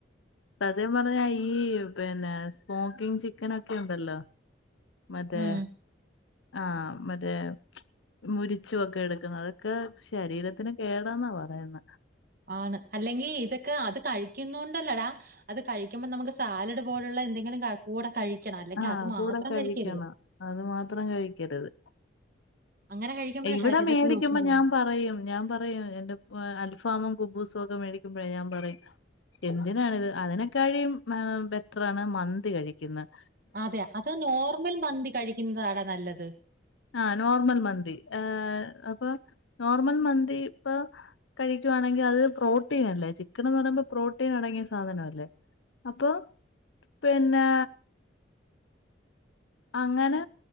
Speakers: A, on the left; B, on the right.
A: സത്യം പറഞാ ഈ യു പിന്നെ സ്മോക്കിങ് ചിക്കൻ ഒക്കെ ഉണ്ടല്ലോ മറ്റേ
B: ഉം
A: ആഹ് മറ്റേ മുരിച്ചു വൊക്കെ എടുക്കുന്ന അതൊക്കെ ശരീരത്തിന് കേടാന്നാ പറയുന്ന
B: ആണ് അല്ലെങ്കിൽ ഇതൊക്കെ അത് കഴ ക്യുണ്ടല്ലെടാ അത് കഴിക്കുമ്പോ നമുക്ക് സാലഡ് പോലുള്ള എന്തെങ്കിലും കൂടെ കഴി ക്കണം അല്ലെങ്കിൽ
A: ആഹ്
B: അത് മാത്രം
A: കൂടെ കഴിക്കണം
B: കഴിക്കരുത്
A: അത് മാത്രം കഴിക്കരുത്
B: അങ്ങനെ കഴിക്കുമ്പോഴാ
A: ഇവിടെ
B: ശരീരത്തിന്
A: മേടിക്കുമ്പോ
B: ദോഷം ചെയ്യുന്നത്
A: ഞാൻ പറയും ഞാൻ പറയും എന്റെ അൽഫാമും കുബൂസും ഒക്കെ മേടിക്കുമ്പോഴേ ഞാൻ പറയും എന്തിനാണിത് അതിനെക്കാഴും ബെറ്ററാണ് മന്തി കഴിക്കുന്നത്
B: അതെ അത നോർമൽ മന്തി കഴിക്കുന്നതടാ നല്ലത്
A: ആഹ് നോർമൽ മന്തി ഏഹ് അപ്പൊ നോർമൽ മന്തി ഇപ്പൊ കഴിക്കുവാണെങ്കിൽ അത് പ്രോട്ടീൻ അല്ലേ ചിക്കൻ എന്ന് പറയ്പോ പ്രോട്ടീൻ അടങ്ങിയ സാധനം അല്ലേ അപ്പൊ പിന്നെ അങ്ങനെ